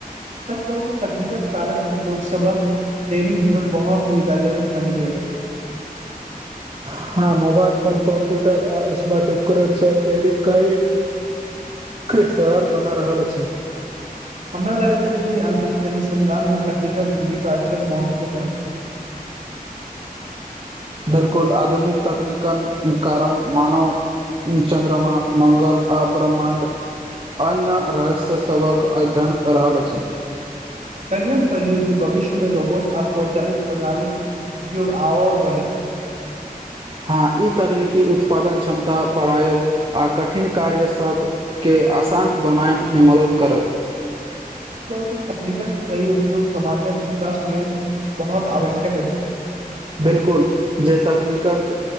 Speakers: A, on the right (about 50°); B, on the right (about 35°).
A: सच कहू त तकनीकक कारण लोक सभा दैनिक जीवन बहुत सुविधाजनक बनि गेल अछि।
B: हँ मोबाइल फोन कम्प्यूटर आ स्मार्ट उपकरण सब <unintelligible> के सरल बना रहल अछि।
A: हमरा लगैत छैय जे अंतरिक्ष अनुसंधान में तकनीक भूमिका अत्यंत महत्वपूर्ण अछि।
B: बिलकुल आधुनिक तकनीकन कारण मानव चन्द्रमा मंगल आ ब्रह्मण्ड अन्य रहस्य सभक अध्ययन कऽ रहल अछि।
A: कलिय हम पढ़लियू जे भविष्यमे रोबोट आ स्वचालित प्रणालीक उपयोग आओर बढ़त।
B: हँ ई तकनीकी उत्पादन क्षमता बढ़ायब आ कठिन कार्य सब के आसान बनायमे मदद करत।
A: सच कहू तो तकनीकक सही उपयोग समाजक विकास लेल बहुत आवश्यक अछि।
B: बिलकुल जे तकनीकक